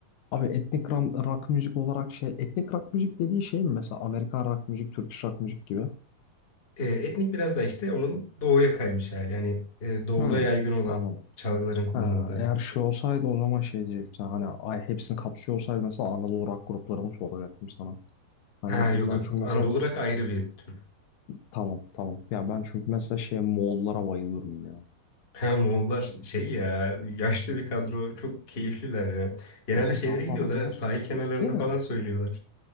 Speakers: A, on the left; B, on the left.
A: Abi etnik ram- rock müzik olarak şey etnik rock müzik dediği şey mi mesela Amerikan rock müzik, Türk rock müzik gibi?
B: Ee, etnik biraz da işte onun doğuya kaymış hali. Hani e, doğuda
A: Hı.
B: yaygın olan
A: Anladım.
B: çalgıların kullanıldığı.
A: Ha, eğer şey olsaydı o zaman şey diyecektim. sana. Hani ay hepsini kapsıyor olsaydı mesela Anadolu rock gruplarımı soracaktım sana. Hani
B: Ha yok
A: ben
B: yok
A: çünkü mesela
B: Anadolu rock ayrı bir tür.
A: tamam tamam. Ya ben çünkü mesela şey Moğollara bayılıyorum ya.
B: Ha, Moğollar şey ya yaşlı bir kadro çok keyifliler ya. Genelde
A: Evet
B: şeylere
A: abi
B: gidiyorlar
A: adamlar
B: ya, sahil
A: keyifli
B: kenarlarında
A: ya.
B: falan söylüyorlar.